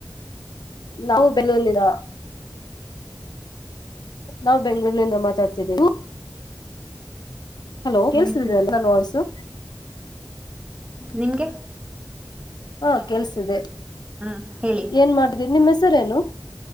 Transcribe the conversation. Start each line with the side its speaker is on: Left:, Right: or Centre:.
Left: ನಾವು ಬೆಲೂನಿದ ನಾವವು ಬೆಂಗಳೂರಿನಿಂದ ಮಾತಾಡ್ತಿದ್ದೇವು ಹಲೋ
Right: ನಂಗೆ
Left: ಕಳ್ಸಿದ ಎಲ್ಲಾನ ವಾಯ್ಸು
Right: ನಿಮಗೆ
Left: ಹಾ ಕೆಲ್ಸ ಇದೆ
Right: ಹ್ಮ್ ಹೇಳಿ
Left: ಏನ್ ಮಾಡ್ತೀವಿ ನಿಮ್ಮ ಸರೇನು